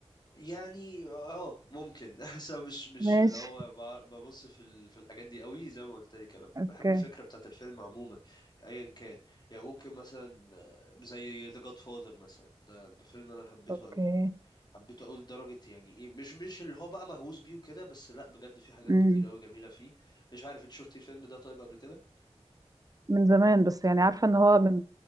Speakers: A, on the left; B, on the right.
A: يعني اه ممكن <laughs> بس أنا مش مش
B: ماشي
A: اللي هو بع- ببص في ال- في الحاجات دي قوي زي ما قلت لك انا
B: اوكي
A: بحب الفكره بتاعت الفيلم عموما ايا كان يعني ممكن مثلا آه، زي The Godfather مثلا ده ده فيلم انا حبيته
B: اوكي
A: قوي حبيته قوي لدرجة يعني ايه مش مش اللي هو بقى مهووس بيه وكده بس لا بجد في حاجات
B: امم
A: كتير قوي جميلة فيه مش عارف انت شفتي الفيلم ده طيب قبل كده
B: من زمان بس يعني عارفه ان هو من